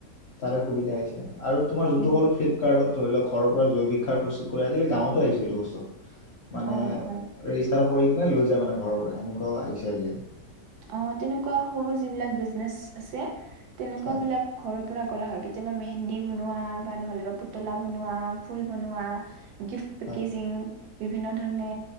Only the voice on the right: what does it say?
উম,
অ', হয়।
অ, তেনেকুৱা সৰু যিবিলাক বিজনেচ আছে তেনেকুৱা
বিলাক ঘৰৰ পৰা কৰা হয় কেতিয়াবা মেহেন্দী বনোৱা বা নহলে বা পুতলা বনোৱা ফুল বনোৱা গিফ্ট পেকেজিং
বিভিন্ন ধৰণে